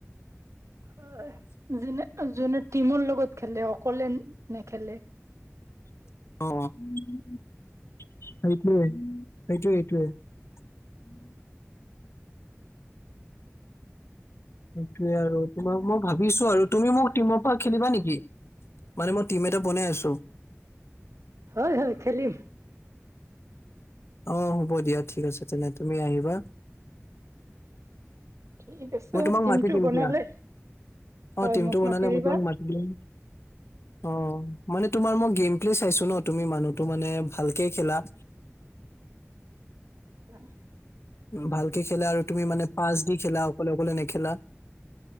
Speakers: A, on the right; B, on the left.
A: হয় যেনে যোনে টিমৰ লগত। খেলে অকলে নে খেলে।
B: অ সেইটোৱেই? উম সেইটোৱে সেইটোৱে? উম সেইটোৱে আৰু তোমাক মই ভাবিছোঁ। আৰু তুমি মোক টিমৰ পৰা খেলিবা নেকি মানে মই টিম এটা বনাই আছোঁ।
A: হয় হয় খেলিম
B: অ হ'ব দিয়া ঠিক আছে তেনে তুমি আহিবা।
A: ঠিক আছে
B: মই তোমাক
A: টিমটো
B: মাতি দিম
A: বনালে
B: দিয়া
A: হয়
B: অ টিমটো
A: মোক
B: বনালে
A: মাতি দিবা।
B: মই তোমাক মাতি দিম অ মানে তোমাৰ মই গেম প্লে চাইছোঁ ন তুমি মানুহটো মানে ভালকে খেলা।
A: <inaudible>
B: ভালকে খেলা আৰু তুমি মানে পাঁচ দি খেলা। অকলে অকলে নেখেলা।